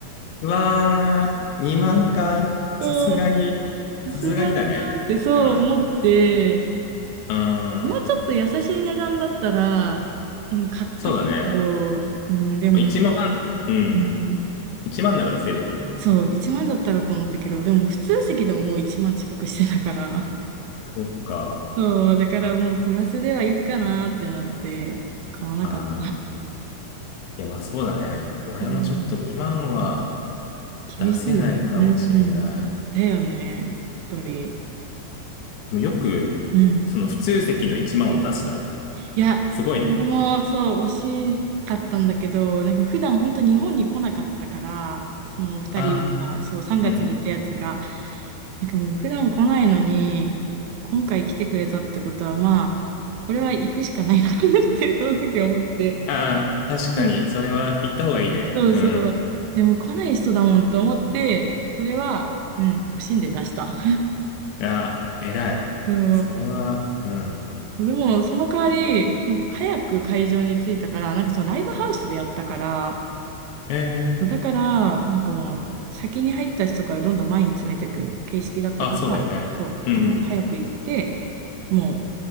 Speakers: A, on the left; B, on the right.
A: うわー、2万か。
B: <laughs> と、
A: さすがに、
B: さすがだなってそう思って、
A: さすがにだね。うん。うー
B: もうちょっと優しい値段だったら、
A: ん。
B: うん買ったけど、
A: そうだね。
B: うん、でも、
A: まあ1万、うん。
B: うん
A: 1万なら出せるよね。
B: そう、1万だったらと思ったけど、でも普通席でももう1万近くしてたから、
A: そっか。
B: そう、だからもうプラスではいいかなってなって、買わなかった。
A: あー。いや、まあそうだね。俺もちょっと2万は
B: うん、厳しいよね。
A: 出せないかもしんない。
B: うん。
A: で
B: だよね、やっぱり。
A: もよく、
B: うん。
A: その普通席の1万を出したね。
B: いや、
A: すごいね。
B: それもそう、惜しかったんだけど、なんか普段本当日本に来なかったから、そのお二人が、
A: あ
B: そう、3月に行ったやつが、
A: ー、うん。
B: なんかもう普段来ないのに、今回来てくれたってことは、まあ、これは行くしかないのかなって、その時思って。
A: あー、確かに、
B: うん
A: それは言った方がいいね。
B: そうそう。
A: うん。
B: でも来ない人だもんと思って、それは、うん、惜しんで出した。
A: ああ偉い。
B: そう。
A: それは、うん。
B: でも、その代わり、もう早く会場に着いたから、なんかそのライブハウスでやったから、
A: ええ
B: もうだから、なんかもう、先に入った人からどんどん前に詰めていく形式だったから、
A: あ、そうだよね。
B: そう、
A: うんうん。
B: だから早く行って、も